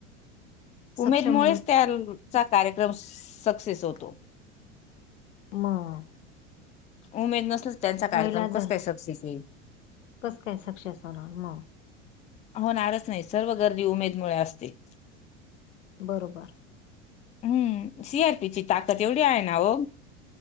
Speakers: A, on the left (about 80°); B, on the left (about 20°).
A: सक्षम
B: उमेदमुळेच त्याचा कार्यक्रम सक्सेस होतो.
A: मग
B: उमेद नसल त्यांचा कार्यक्रम
A: महिला
B: कस
A: जर
B: काय सक्सेस होईल
A: कस काय? सक्सेस होणार मग
B: होणारच नाही. सर्व गर्दी उमेदमुळे असते.
A: बरोबर
B: हम्म सी आर पी ची ताकद एवढी आहे ना हो,